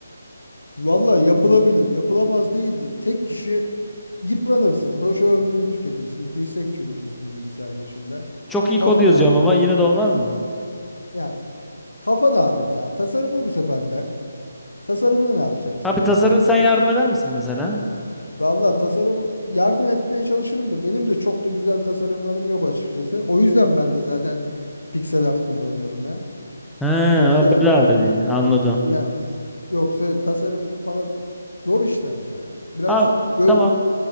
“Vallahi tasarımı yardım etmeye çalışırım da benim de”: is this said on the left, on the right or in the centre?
Left